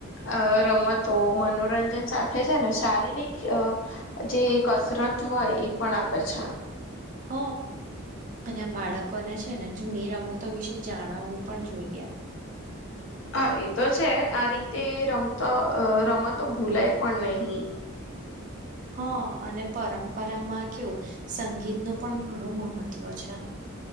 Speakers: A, on the left; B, on the right.
A: અ રમતો મનોરંજન સાથે છેને, શારીરિક જે કસરત હોય, એ પણ આપેછા
B: હ. અને બાળકોને છેને, જૂની રમતો વિશે જાણાવવું પણ જોઈએ
A: હા, એ તો છે, આ રીતે રમતા રમાતો ભૂલાય પણ નહી.
B: હા, અને પરંપરામાં કેવું સંગીતનુ પણ ઘણું મહત્વ છે.